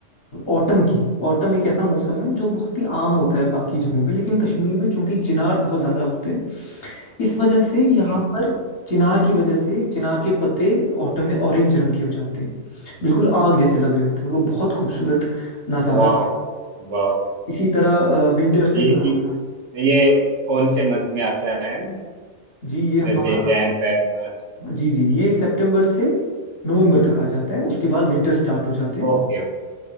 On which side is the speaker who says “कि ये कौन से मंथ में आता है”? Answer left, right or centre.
Right